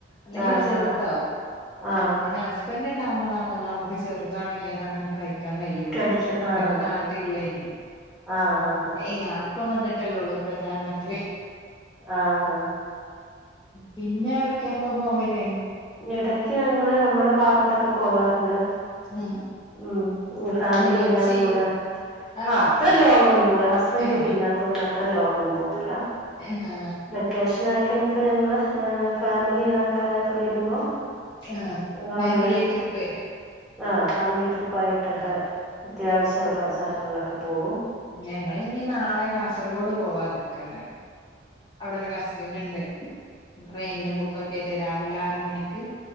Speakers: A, on the left; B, in the centre.
A: അല്ലെങ്കിൽ
B: ആ
A: ചെറുതാവും
B: ആ ആ
A: പിന്നെ
B: ആ
A: ഹസ്ബൻഡ് ഇണ്ടാവുമ്പോഴാണല്ലോ നമ്മുക്ക് ചെറു താണെ എതാണ് കഴിക്കാൻ കഴിയുള്ളൂ
B: കഴിക്ക
A: ഹസ്ബൻഡ്
B: ആ അതെ
A: നാട്ടില് ഇല്ല അയിന്
B: ആ ആ ആ
A: ഏയ് അപ്പ വന്നിട്ടല്ലോള്ളൂ പ്രജാരണ ത്തില്
B: ആ ആ ആ
A: പിന്നെ എടക്ക് ഇപ്പ പോവല്
B: ഇടക്ക് ഞങ്ങള് നമ്മടെ ഭാഗത്തൊക്കെ പോകാറുണ്ട്
A: ആ
B: ഉം ഉം ഫാമിലി
A: പിന്നെ കൊച്ചി
B: എല്ലാരും കൂടെ ആ
A: ഭാഗൊക്കെ
B: അത്ര ലോങ്ങ്‌
A: പോയ
B: ഒന്നും പോവൂല ഹസ്ബൻഡ്
A: ഏ
B: ഇവിടെ ഇല്ലാതോണ്ട അത്ര ലോങ്ങ്‌ ഒന്നും പോവുല
A: ആ
B: വെക്കേഷൻ ആയി കഴിഞ്ഞപ്പോ ഞങ്ങള് ഫാമിലി ആൾക്കാരൊക്കെ വരുമ്പോ
A: ആ
B: ഞങ്ങളങ്ങനെ
A: ഫാമിലി ട്രിപ്പ്
B: ആ ഫാമിലി ട്രിപ്പ് ആയിട്ടൊക്കെ
A: ആ
B: അത്യാവശ്യ ഒക്കെ സ്ഥലങ്ങളിലൊക്കെ പോവും
A: ഞങ്ങള് ഇനി നാളെ കാസർഗോഡ് പോവാൻ നിക്കണ് അവിടെ ഒരു കസിൻ ഉണ്ട് ട്രെയിനും ബുക്കൊക്കെത് രാവിലെ ആറ് മണിക്ക്